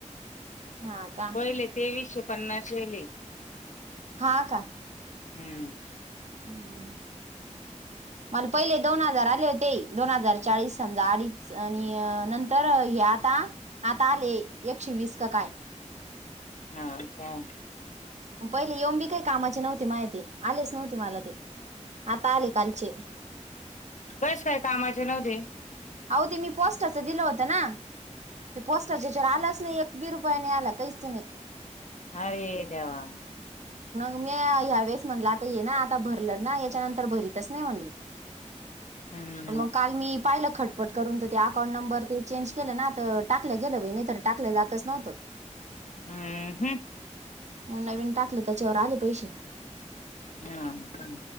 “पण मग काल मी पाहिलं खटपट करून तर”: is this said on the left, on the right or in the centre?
Right